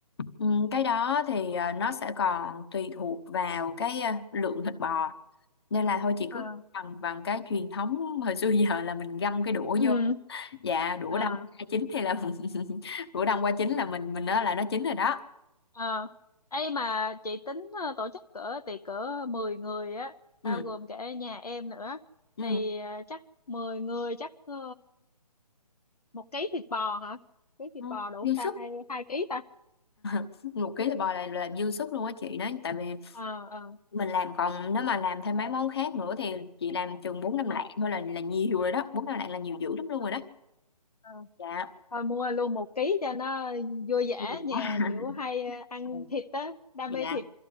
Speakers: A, on the left (about 40°); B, on the left (about 65°).
A: ừ, cái đó thì ờ, nó sẽ còn tùy thuộc vào cái ờ, lượng thịt bò nên là thôi chị
B: ờ
A: cứ bằng bằng cái truyền thống hồi <laughs> xưa giờ là mình găm cái đũa
B: ừ
A: vô dạ đũa
B: ờ
A: đông qua chín thì là <laughs> đũa đông qua chín là mình mình nói là nó chín rồi đó
B: ờ ấy mà chị tính ờ, tổ chức cỡ tiệc cỡ 10 người á bao
A: ừ
B: gồm cả nhà em nữa
A: ừ,
B: thì ờ, chắc 10 người chắc ờ, một ký thịt bò hả ký thịt
A: ừ.
B: bò đủ không
A: dư
B: ta
A: sức
B: hay hai ký ta
A: <laughs> một ký thịt bò là là dư sức luôn á chị nói tại vì
B: ờ ờ
A: mình làm còn nếu mà làm thêm mấy món khác nữa thì chị làm chừng bốn năm
B: ừ
A: lạng thôi là là nhiều rồi đó bốn năm lạng là nhiều dữ lắm luôn
B: Ờ.
A: rồi đó
B: Ờ,
A: dạ
B: thôi mua luôn một ký cho nó vui vẻ
A: Ừ.
B: nhà
A: <laughs>
B: kiểu hay ờ, ăn
A: Ừ,
B: thịt á đam
A: dạ
B: mê thịt